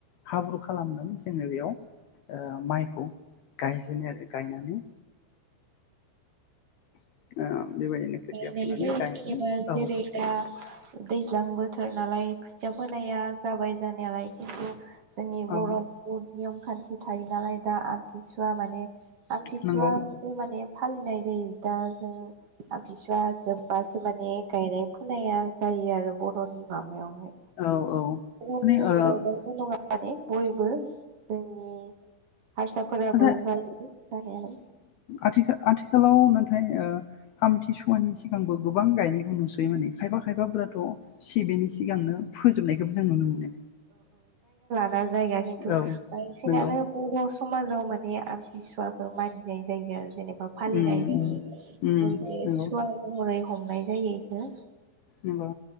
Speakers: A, on the left; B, on the right.
A: हाब्रु खालामनानै जोङो बेयाव ओ माइखौ गायजेनो आरो गायनानै <unintelligible>
B: <unintelligible>
A: खोथिया फुनानै
B: जेनेबा
A: गायनानै औ
B: जेरै दा दैज्लांबो थोर नालाय खोथिया फोनाया जाबाय जानायालाय खिन्थु जोंनि बर'
A: औ
B: <unintelligible> आमखान्थि थायो नालाय दा आमथिसुवा माने आमथिसुवा
A: नंगौ
B: माने फालिनाय जायो दा जों आमबिसुवा जोब बासो माने गायनाय खोनाया जायो आरो बर'नि माबा माबायावहाय
A: औ
B: रनि
A: माने ओ
B: मल नङा माने बयबो जोंनि हारसाफोराबो
A: नाथाय
B: जायो जानायालाय
A: आथिखाल आथिखालाव नाथाय आमथिसुवानि सिगांबो गोबां गायनायखौ नुसोयो माने खायफा खायफाफोराथ सिबिनि सिगांनो फोजोबनायखौबो जों नुनो मोनो
B: ना जायगा खिन्थु
A: औ
B: बांसिनानो
A: नंगौ
B: बर समाजाव‌ माने आमथिसुवखो मानिनाय जायो आरो जेने बा फालिनाय
A: उम
B: जायो
A: उम उम
B: मोनसे
A: नंगौ
B: सुवा‌ महरै हम नाय जायो इखो
A: ओमबा